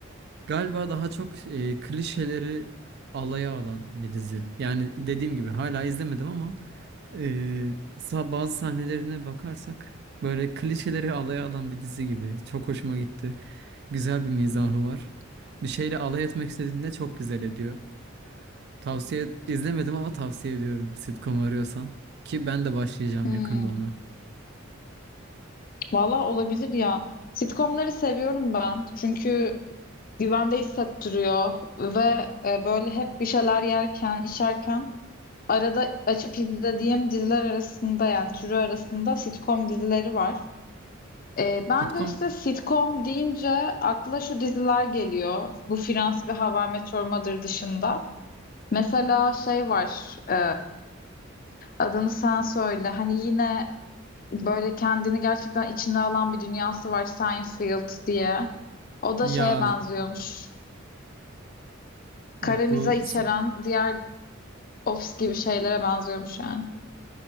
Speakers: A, on the right; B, on the left.
A: galiba daha çok e, klişeleri alaya alan bir dizi. Yani dediğim gibi hala izlemedim ama Ee, sa- bazı sahnelerine bakarsak böyle klişeleri alaya alan bir dizi gibi. Çok hoşuma gitti. Güzel bir mizahı var. Bir şeyle alay etmek istediğinde çok güzel ediyor. Tavsiye izlemedim ama tavsiye ediyorum sitcom arıyorsan. Ki ben de başlayacağım
B: Hmm,
A: yakında ona.
B: valla olabilir ya. Sitcomları seviyorum ben. Çünkü güvende hissettiriyor ve e, böyle hep bir şeyler yerken, içerken arada açıp izlediğim diziler arasında yani türü arasında sitcom dizileri var. E, ben
A: Sitcom
B: de işte sitcom deyince akla şu diziler geliyor. Bu Friends ve How I Met Your Mother dışında. Mesela şey var. e, Adını sen söyle. Hani yine böyle kendini gerçekten içine alan bir dünyası var Seinfeld diye. O da
A: ya
B: şeye benziyormuş.
A: evet
B: Kara mizah
A: bu
B: içeren
A: S-
B: diğer Office gibi şeylere benziyormuş yani.